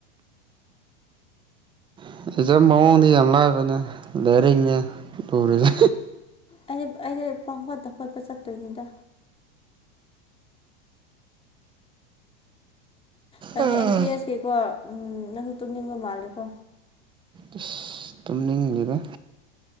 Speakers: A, on the right (about 15°); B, on the left (about 15°).
A: <unintelligible> ꯃꯑꯣꯡꯗꯤ ꯌꯥꯝ ꯂꯥꯏꯕꯅꯦ ꯂꯥꯏꯔꯤꯛꯅꯦ ꯇꯨꯔꯤꯖꯦ
B: ꯑꯩ ꯑꯩꯗꯤ ꯄꯥꯡꯈꯣꯠꯇ ꯈꯣꯠꯄ ꯆꯠꯇꯨꯏꯅꯤꯗ ꯀꯩꯅꯣ
A: ꯑꯁ
B: ꯑꯦꯝ ꯇꯤ ꯑꯦꯁ ꯀꯤꯀꯣ ꯎꯝ ꯅꯪꯁꯨ ꯇꯨꯝꯅꯤꯡꯕ ꯃꯥꯜꯂꯦꯀꯣ
A: ꯁꯤꯁ ꯇꯨꯝꯅꯤꯡꯂꯤꯔ